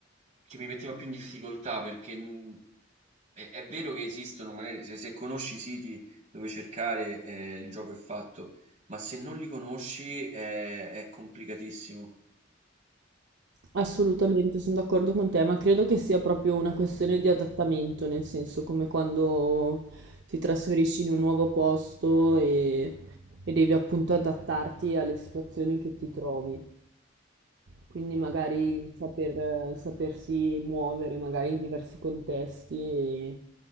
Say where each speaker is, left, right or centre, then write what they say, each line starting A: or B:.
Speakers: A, on the right (about 35°); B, on the right (about 60°).
A: che mi metteva più in difficoltà, perché mh, è, è vero che esistono, magari se, se conosci i siti dove cercare, eh, il gioco è fatto, ma se non li conosci è è complicatissimo.
B: Assolutamente, son d'accordo con te, ma credo che sia proprio una questione di adattamento, nel senso come quando ti trasferisci in un nuovo posto e, e devi appunto adattarti alle situazioni che ti trovi. Quindi magari saper, sapersi muovere, magari in diversi contesti e